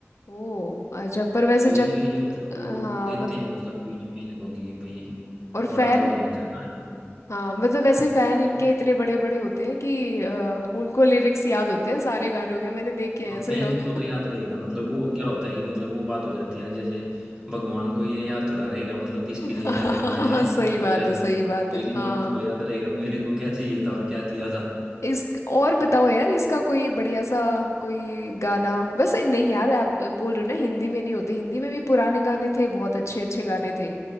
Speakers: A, on the left; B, on the right.
A: ओ अच्छा पर वैसे
B: तो
A: जन
B: इसलिए मतलब
A: हाँ
B: वो देते
A: मतलब
B: हैं मतलब बीच में इनको कि भाई
A: और फैन
B: बड़ा वो हो जाता है ना
A: हाँ मतलब वैसे फैन
B: इनको
A: इनके इतने बड़े बड़े होते हैं कि अ, उनको लिरिक्स याद होते हैं सारे गानों के मैंने देखे
B: हाँ
A: हैं ऐसे
B: फैंस
A: लोग
B: को तो याद रहेगा मतलब वो क्या होता है कि मतलब वो बात हो जाती है ना जैसे भगवान को ये याद थोड़ा रहेगा मतलब किसके
A: <laughs>
B: लिए क्या करना है क्या
A: सही बात
B: किया
A: है
B: था
A: सही बात है
B: लेकिन
A: हाँ
B: भक्त को याद रहेगा मेरे को क्या चाहिए था और क्या दिया था
A: इस और बताओ यार इसका कोई बढ़िया सा कोई गाना वैसे नहीं यार आप बोल रहे हो ना हिंदी में नहीं होती हिंदी में भी पुराने गाने थे बहुत अच्छे अच्छे गाने थे